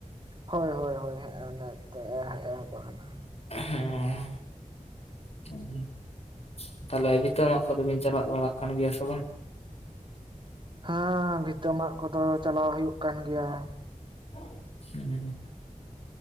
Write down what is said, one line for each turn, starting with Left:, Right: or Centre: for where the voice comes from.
Right: ᱦᱳᱭ ᱦᱳᱭ ᱦᱳᱭ ᱦᱳᱭ ᱮᱱᱮ ᱛᱮ ᱮᱦᱚᱵ ᱠᱟᱱᱟ
Left: ᱦᱮᱸ ᱛᱟᱦᱚᱞᱮ ᱵᱷᱤᱛᱟᱹ ᱢᱟᱜ ᱠᱚᱫᱚ ᱵᱤᱱ ᱪᱟᱞᱟᱜ ᱵᱟᱲᱟᱜ ᱠᱟᱱ ᱜᱮᱭᱟ ᱥᱮ ᱵᱟᱝ
Right: ᱦᱮᱸ ᱵᱷᱤᱛᱟᱹ ᱢᱟᱜ ᱠᱚᱫᱚ ᱪᱟᱞᱟᱣ ᱦᱩᱭᱩᱜ ᱠᱟᱱ ᱜᱮᱭᱟ
Left: <inaudible>